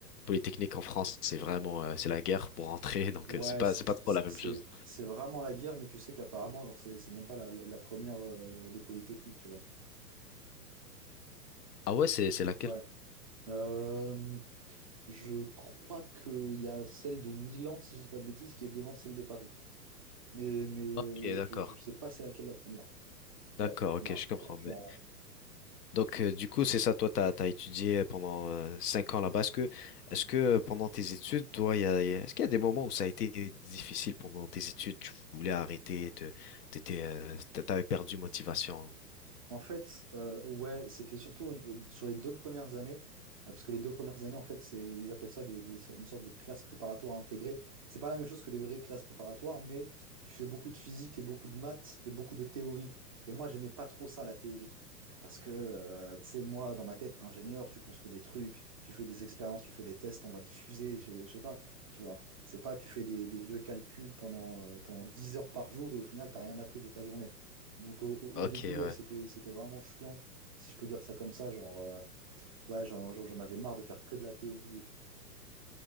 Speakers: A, on the left; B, on the right.
A: Polytechnique en France, c'est vraiment, euh, c'est la guerre pour entrer, <laughs> donc
B: Ouais,
A: euh, c'est pas,
B: c'est
A: c'est pas trop
B: c'est-
A: la même
B: c'est-
A: chose.
B: c'est vraiment la guerre, mais tu sais qu'apparemment, genre, c'est c'est même pas la, la- la première euh, des polytechniques, tu vois.
A: Ah ouais, c'est c'est laquelle?
B: Ouais. Euh, je crois qu'il y a celle de Milan, si je dis pas de bêtises, qui est devant celle de Paris. Mais, mais euh,
A: Ok,
B: je,
A: d'accord.
B: je sais pas c'est laquelle la première.
A: D'accord,
B: Ouais, on
A: ok,
B: a un
A: je
B: peu
A: comprends.
B: perdu
A: Mais...
B: en,
A: Donc, euh, du coup, c'est ça, toi, t'as t'as étudié euh, pendant euh, cinq ans là-bas. Est-ce que, est-ce que euh, pendant tes études, toi, il y a, il y a- est-ce qu'il y a des moments où ça a été difficile pendant tes études, tu voulais arrêter, te- t'étais, euh, t'a- t'avais perdu motivation?
B: En fait, euh, ouais, c'était surtout une- euh, sur les deux premières années, euh, parce que les deux premières années, en fait, c'est, ils appellent ça des, des- so-, une sorte de classe préparatoire intégrée. C'est pas la même chose que des vraies classes préparatoires, mais tu fais beaucoup de physique et beaucoup de maths et beaucoup de théorie. Et moi, j'aimais pas trop ça, la théorie. Parce que, euh, tu sais, moi, dans ma tête, ingénieur, tu construis des trucs, tu fais des expériences, tu fais des tests, on va des fusées, je, je sais pas, tu vois. C'est pas, tu fais des, des vieux calculs pendant, euh, pendant 10 heures par jour et au final, t'as rien appris de ta journée. Donc au, au-
A: Ok,
B: au début,
A: ouais.
B: ouais, c'était, c'était vraiment chiant, si je peux dire ça comme ça, genre, euh, ouais, j'en genre, j'en avais marre de faire que de la théorie et tout.